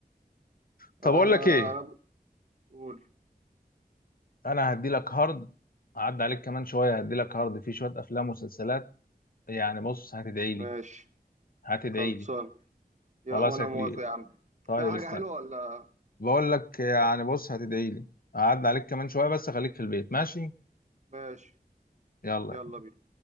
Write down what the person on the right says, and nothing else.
آه
انا بقول
ماشي
خلصان
يا
وانا
موافق يا عم
في حاجه
حلوه ولا
ماشي
يلا بينا